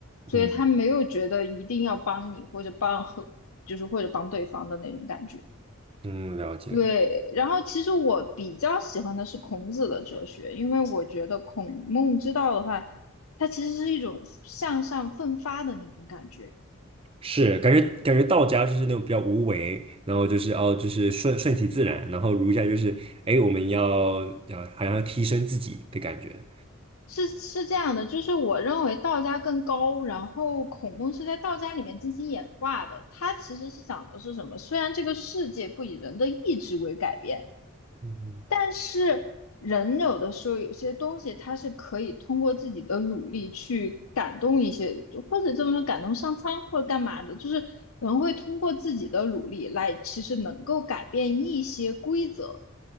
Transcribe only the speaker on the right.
嗯
嗯，了解。
是感觉感觉道家就是那种比较无为，然后就是哦，就是顺顺其自然，然后儒家就是哎，我们要要好像要提升自己的感觉。
嗯